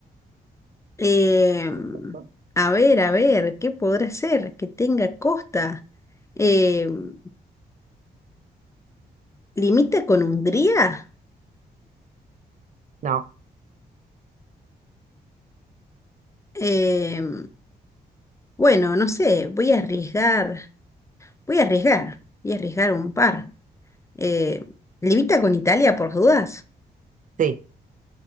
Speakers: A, on the left; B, on the right.
A: Em,
B: <laughs>
A: a ver, a ver, ¿qué podrá ser? Que tenga costa. Em, ¿limita con Hungría?
B: no,
A: Em, bueno, no sé, voy a arriesgar, voy a arriesgar, voy a arriesgar un par. Eh, ¿limita con Italia por dudas?
B: sí.